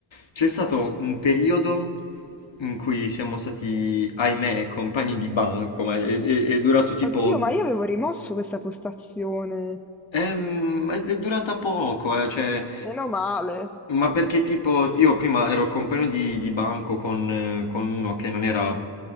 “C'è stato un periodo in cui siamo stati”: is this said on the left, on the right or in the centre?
Left